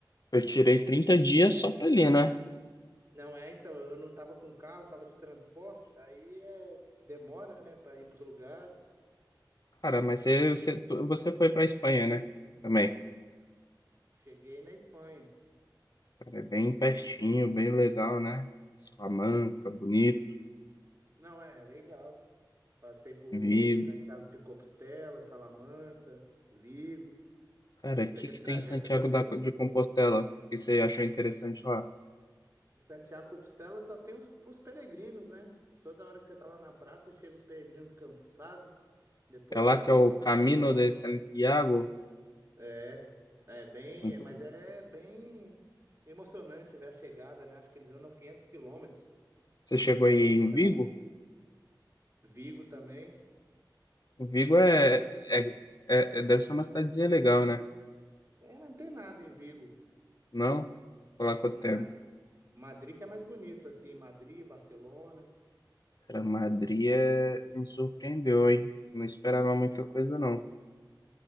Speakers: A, on the left; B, on the right.
A: eu tirei 30 dias só pra ali, né?
B: Não é, então, eu não tava com carro, tava de transporte. Aí é, demora, né, para ir pros lugares.
A: Cara, mas você, você, você foi pra Espanha, né? Também.
B: Cheguei na Espanha.
A: Cara, é bem pertinho, bem legal, né? Salamanca, bonito,
B: Não é, legal. Passei por
A: Vigo.
B: Santiago de Compostela, Salamanca, Vigo,
A: Cara, o
B: fiz
A: que
B: aquele
A: que
B: trajeto
A: tem em Santiago
B: ali todo.
A: da- de Compostela que você achou interessante lá?
B: Santiago de Compostela só tem os, os peregrinos, né? Toda hora que você tá lá na praça, chega os peregrinos cansados, depois
A: É lá
B: de não
A: que
B: sei
A: é o
B: quantos
A: Camino
B: quilômetros.
A: de Santiago?
B: É, é bem,
A: Muito
B: é- mas
A: bom.
B: é bem emocionante ver a chegada, né? Acho que eles andam 500 quilômetros.
A: Você chegou
B: É
A: aí
B: muito
A: em
B: chão.
A: Vigo?
B: Vigo também.
A: Vigo é,
B: Aí, Vigo-
A: é, é- é- deve ser uma cidadezinha legal, né?
B: é, mas não tem nada em Vigo,
A: Não? Por lá quanto
B: nada.
A: tempo?
B: Madrid que é mais bonito, assim, Madrid, Barcelona,
A: Cara, Madrid é- me surpreendeu, hein? Não esperava muita coisa, não.